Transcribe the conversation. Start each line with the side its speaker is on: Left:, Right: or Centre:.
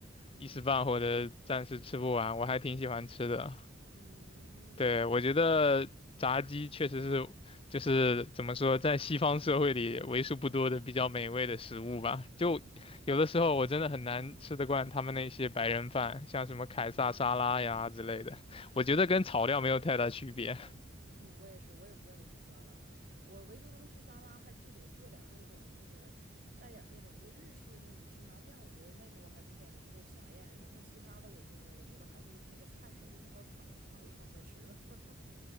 Right: 嗯
Left: 一时半会儿的暂时吃不完，我还挺喜欢吃的。
Right: 嗯，
Left: 对，
Right: 那好，
Left: 我觉得炸鸡确实是，就是怎么说，在西方社会里为数不多的比较美味的食物吧。就有的时候我真的很难吃得惯他们那些白人饭，
Right: 嗯
Left: 像什么凯撒沙拉呀之类的，我觉得跟炒料没有太大区别。
Right: 嗯。嗯我也是，我也不愿意吃沙拉，我唯独能吃沙拉，还就得和点儿那种，就是带点儿那种就日式的那种芝麻酱，我觉得那个我还比较能够下咽，然后其他的我就是我觉得还是那个菜还是最好炒炒一炒再吃吧。<laughs>